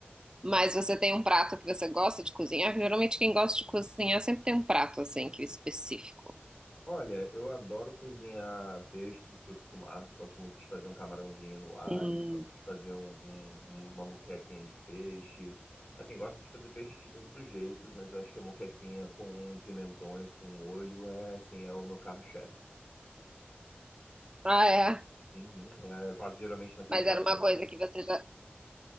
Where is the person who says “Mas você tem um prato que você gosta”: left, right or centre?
Right